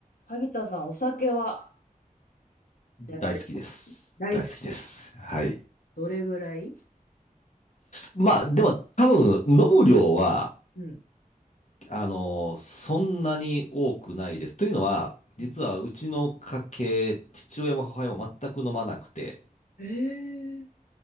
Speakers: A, on the left (about 85°); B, on the left (about 55°).
A: 萩田さん、お酒はやられた。
B: 大好きです。
A: 大好き。
B: 大好きです。はい。
A: どれぐらい
B: まあ、でも多分飲む量は、
A: うん。
B: あの、そんなに多くないです。というのは、
A: うん
B: 実はうちの家系、父親も母親も全く飲まなくて、
A: えー、